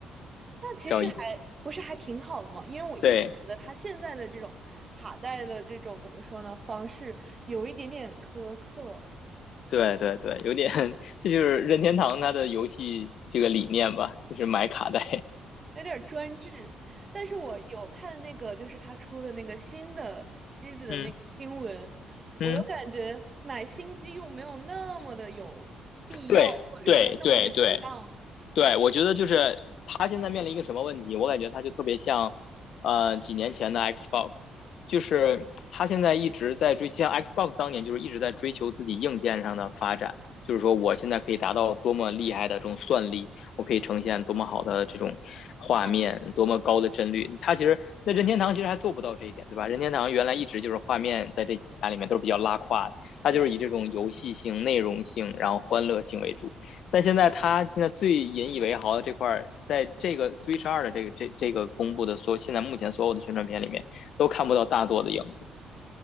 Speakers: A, on the right; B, on the left.
A: 那其实还不是还挺好的嘛，
B: 只要一
A: 因为我一直觉得他现在的这种卡带的这种怎么说呢方式有一点点苛刻，
B: 对对对对，有点 <laughs> 这就是任天堂它的游戏这个理念吧，就是买卡带。
A: 有点儿专制。但是我有看那个就是他出的那个新的机子的那个新闻，
B: <laughs> 嗯嗯，
A: 我又感觉买新机又没有那么的有必要，
B: 对对对对
A: 或者说那么的值当
B: 对，我觉得就是他现在面临一个什么问题？我感觉他就特别像，呃，几年前的 Xbox，就是他现在一直在追，像 Xbox 当年就是一直在追求自己硬件上的发展，就是说我现在可以达到多么厉害的这种算力，我可以呈现多么好的这种画面，
A: 画面。
B: 多么高的帧率。他其实那任天堂其实还做不到这一点，对吧？任天堂原来一直就是画面在这几家里面都是比较拉胯的，它就是以这种游戏性、
A: 对。
B: 内容性，然后欢乐性为主。但现在他现在最引以为豪的这块在这个 Switch 二的这个这这个公布的所有现在目前所有的宣传片里面，都看不到大作的影子，